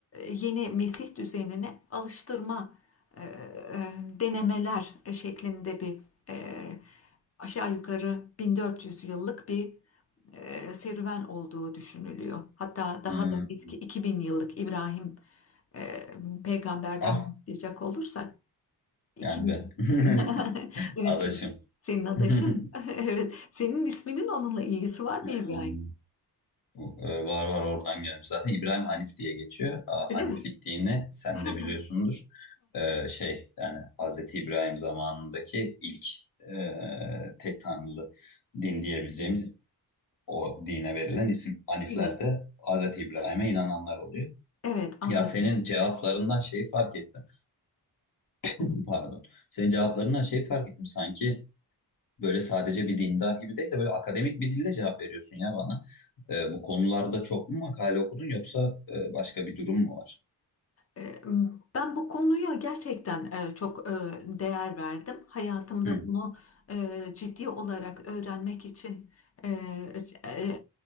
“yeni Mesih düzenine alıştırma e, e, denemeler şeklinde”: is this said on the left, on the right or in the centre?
Left